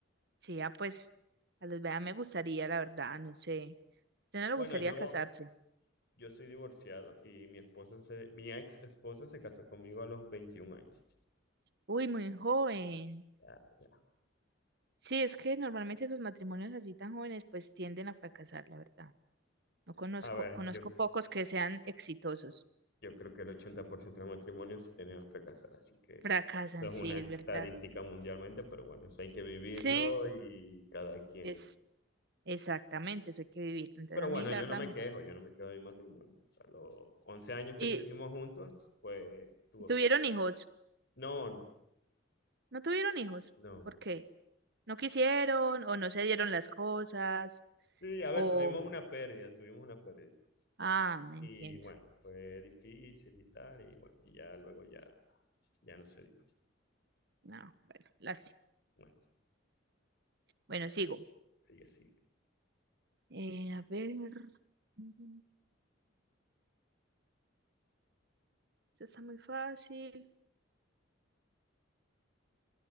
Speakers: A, on the right (about 55°); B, on the left (about 55°).
A: sí, ah, pues a los vea me gustaría, la verdad, no sé. ¿Usted no le
B: bueno,
A: gustaría
B: yo,
A: casarse?
B: yo soy divorciado y mi esposa se, mi ex esposa se casó conmigo a los 21 años.
A: Uy, muy joven.
B: Ya, ya.
A: Sí, es que normalmente los matrimonios así tan jóvenes pues tienden a fracasar, la verdad. No conozco,
B: A ver,
A: conozco
B: yo,
A: pocos que sean exitosos.
B: yo creo que el 80% de los matrimonios sí tenían fracasar, así que
A: Fracasan,
B: eso es
A: sí,
B: una
A: es
B: estadística
A: verdad.
B: mundialmente, pero bueno, eso hay que vivirlo
A: Sí,
B: y cada quien.
A: es exactamente, eso hay que vivir. Entonces
B: Pero
A: a
B: bueno,
A: mí, la
B: yo
A: verdad.
B: no me quejo, yo no me quejo de mi matrimonio. O sea, los 11 años que
A: ¿Y,
B: estuvimos juntos, pues estuvo
A: y tuvieron
B: bien.
A: hijos?
B: No, no,
A: ¿No tuvieron hijos?
B: no.
A: ¿Por qué? no quisieron o no se dieron las cosas
B: Sí, a ver,
A: o...
B: tuvimos una pérdida, tuvimos una pérdida.
A: Ah, entiendo.
B: Y bueno, fue difícil y tal, y bueno, y ya luego ya, ya no se dio.
A: No, bueno, lástima.
B: Bueno,
A: Bueno, sigo.
B: sigue, sigue.
A: Eh, a ver. <laughs> Esta está muy fácil.